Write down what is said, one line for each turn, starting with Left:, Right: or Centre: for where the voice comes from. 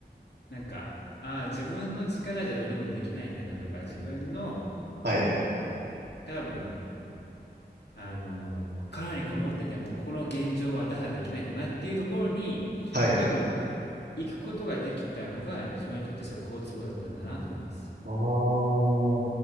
Left: なんか、ああ、自分の力じゃどうにもできないんだなとか、自分の、
Right: はい。
Left: 多分、あのー、殻にこもってても、この現状は打破できないんだなっていうところに、
Right: はい。
Left: 多分、行くことができたのが、自分にとってすごく好都合だったんだなと思います。
Right: ああ。ちょ